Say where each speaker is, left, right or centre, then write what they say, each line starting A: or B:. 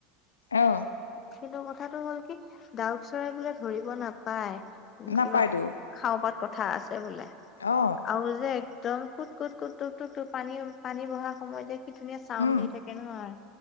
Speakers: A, on the left (about 80°); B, on the left (about 35°).
A: অ
B: কিন্তু কথাটো হ'ল কি ডাউক চৰাই বোলে ধৰিব নাপায়।
A: নাপায়তো
B: কিবা খাওঁ পাত কথা আছে বোলে।
A: অ
B: আৰু যে একদম কোত কোত টুক টুক টুক টুক পানী পানী বহা সময়ত যে কি ধুনীয়া চাউড
A: উম
B: দি থাকে নহয়।